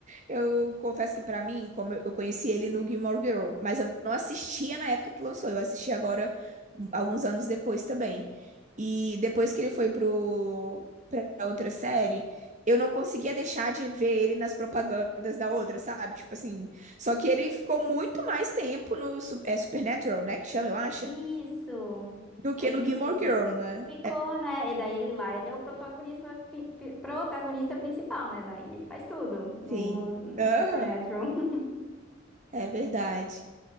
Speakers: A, on the right (about 40°); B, in the centre.
A: Eu confesso que pra mim, como eu eu conheci ele no Gilmore Girl, mas eu não assistia na época que lançou, eu assisti agora um, alguns anos depois também. E depois que ele foi pro para outra série, eu não conseguia deixar de ver ele nas propagandas da outra, sabe? Tipo assim, só que ele ficou muito mais tempo no Su- é, Supernatural, né, que chama, eu acho,
B: Isso.
A: do que
B: É isso
A: no Gilmore
B: mesmo.
A: Girl, né?
B: Ficou, né? E daí ele lá, ele é o protagonista, pri- pri- protagonista principal, né? Daí ele faz tudo no,
A: Sim.
B: no
A: Aham,
B: Supernatural. <laughs>
A: é verdade.